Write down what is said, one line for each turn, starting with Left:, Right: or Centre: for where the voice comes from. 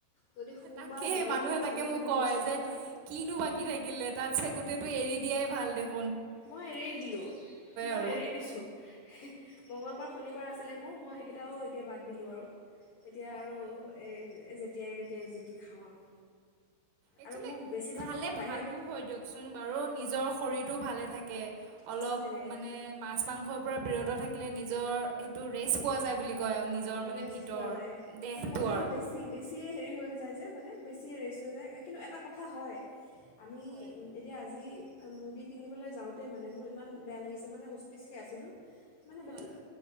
Left: যদি সোমবাৰ
Right: তাকেই
Left: মঙলবাৰ
Right: মানুহে তাকে
Left: শনিবাৰ
Right: মোক কয়
Left: বৃহস্পতিবাৰ
Right: যে কিনো বাকী থাকিলে তাত চে গো গোতেইটো এৰি দিয়াই ভাল দেখুন
Left: মই এৰি দিলোঁ মই
Right: আৰু
Left: এৰি দিছোঁ মঙ্গলবাৰ শনিবাৰ আছিলে মোৰ মই সেইকেইটাও এতিয়া বাদ দিলোঁ আৰু তেতিয়া
Right: হয়
Left: আৰু
Right: হয়।
Left: তেতিয়াই তেতিয়াই জিতি খাওঁ আৰু
Right: একচলি
Left: আৰু মোৰ বেছিভাগ
Right: খালে
Left: সময় বাহিৰত
Right: ভালো হয় দিয়কচোন বাৰু নিজৰ নিজৰ শৰীটো ভালে থাকে, অলপ অলপ
Left: ভাল থাকে
Right: মানে মাছ মাংস পৰা বিৰত থাকিলে নিজৰ সেইটো ৰেষ্ট পোৱা যায় বুলি। গ নিজৰ
Left: আৰু
Right: মানে
Left: ৰেষ্ট
Right: ভিতৰ
Left: পোৱা যায়
Right: দেহটো
Left: কিন্তু কথা হ'ল
Right: আৰু
Left: বেছি বেছিয়ে হেৰি হৈ যায় যে মানে বেছিয়ে ৰেষ্ট হৈ যায় কিন্তু এটা কথা হয়। আমি
Right: হয়।
Left: এতিয়া আজি মুৰ্গী কিনিবলৈ যাওঁতেই মানে মোৰ ইমান বেয়া লাগিছে মানে পিচকৈ আছিলোঁ মানে
Right: হয়
Left: বেগ
Right: হয়।